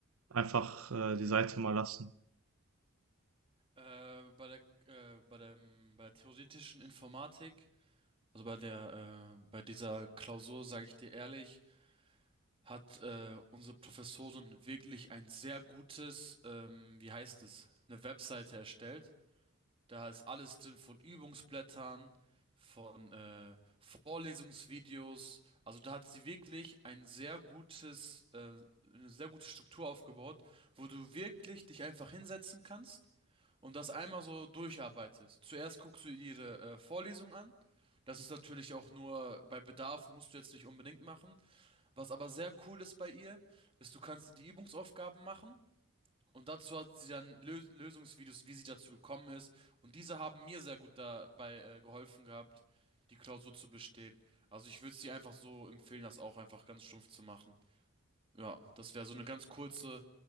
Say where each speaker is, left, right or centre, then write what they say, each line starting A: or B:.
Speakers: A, on the right; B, on the right.
A: einfach äh, die Seite mal lassen?
B: Äh, bei der, äh, bei dem, bei der theoretischen Informatik, also bei der, äh, bei dieser Klausur, sage ich dir ehrlich, hat äh, unsere Professorin wirklich ein sehr gutes, ähm, wie heißt es, eine Webseite erstellt. Da ist alles drin von Übungsblättern, von äh, Vorlesungsvideos. Also da hat sie wirklich ein sehr gutes, äh, eine sehr gute Struktur aufgebaut, wo du wirklich dich einfach hinsetzen kannst und das einmal so durcharbeitest. Zuerst guckst du ihre äh, Vorlesung an. Das ist natürlich auch nur bei Bedarf, musst du jetzt nicht unbedingt machen. Was aber sehr cool ist bei ihr, ist, du kannst die Übungsaufgaben machen und dazu hat sie dann Lö Lösungsvideos, wie sie dazu gekommen ist. Und diese haben mir sehr gut dabei äh, geholfen gehabt, die Klausur zu bestehen. Also ich würde es dir einfach so empfehlen, das auch einfach ganz stumpf zu machen. Ja, das wäre so eine ganz kurze,